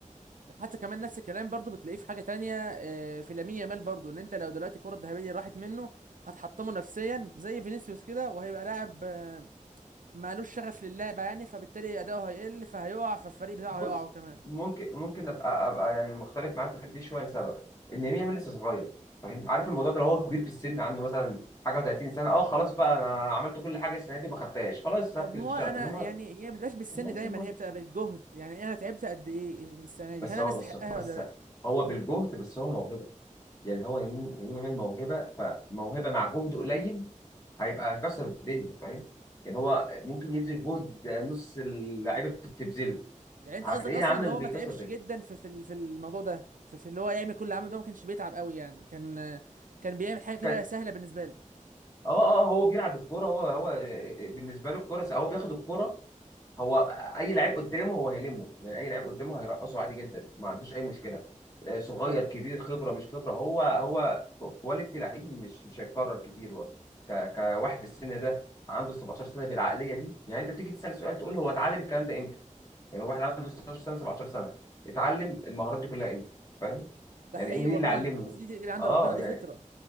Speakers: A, on the right (about 85°); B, on the left (about 25°).
A: حتى كمان نفس الكلام برضه بتلاقيه في حاجه تانية اه، في لامين يامال برضه ان انت لو دلوقتي الكره الذهبيه راحت منه هتحطمه نفسيا زي فينيسيوس كده وهيبقى لاعب مالوش شغف للعبة يعني فبالتالي أداؤه هيقل فهيقع فالفريق بتاعه
B: بص
A: هيقع هو كمان
B: ممكن ممكن ابقى ابقى يعني مختلف معاك في الحته دي شويه لسبب ان ميامي لسه صغير فاهم عارف الموضوع ده لو هو كبير في السن عنده مثلا حاجه و30 سنه اه خلاص بقى انا عملت كل حاجه السنه دي وما خدتهاش خلاص سبت
A: طب ما
B: الشغف
A: هو أنا
B: انما
A: يعني هي ما بتبقاش بالسن
B: إنما
A: دايما
B: لسه صغير
A: هي بتبقى بالجهد يعني أنا تعبت قد إيه السنة
B: بس
A: دي هل أنا
B: هو
A: أستحقها
B: بس بس
A: ولا لأ
B: هو بالجهد بس هو موهبه يعني هو يمين يمين يامال موهبه فموهبه مع جهد قليل هيبقى هيكسر الدنيا فاهم يعني هو ممكن يبذل جهد نص اللعيبه بت- بتبذله
A: يعني أنت
B: هتلاقيه
A: قصدك أصلا
B: عامل
A: اللي هو
B: بيكسر
A: ما تعبش
B: الدنيا
A: جدا في في ال- في الموضوع ده في, في اللي هو يعمل كل اللي عمله ده ما كانش بيتعب قوي يعني كان كان بيعمل حاجة كده
B: كان
A: سهلة بالنسبة له
B: اه اه هو بيلعب بالكوره هو هو بالنسبه له الكوره هو بياخد الكوره هو اي لعيب قدامه هو هيلمه يعني اي لعيب قدامه هيرقصه عادي جدا ما عندوش اي مشكله آه، صغير
A: ف-
B: كبير خبره مش خبره هو هو كواليتي لعيب مش مش هيتكرر كتير برضه ك- كواحد في السن ده عنده 17 سنه بالعقليه دي يعني انت بتيجي تسال سؤال تقول هو اتعلم الكلام ده امتى يعني هو واحد عنده 16 سنه 17 سنه اتعلم المهارات دي كلها امتى فاهم
A: ده
B: يعني
A: حقيقي
B: إيه- مين
A: والله
B: اللي علمه
A: بس دي دي عند
B: اه
A: ربنا دي
B: يعني
A: فطرة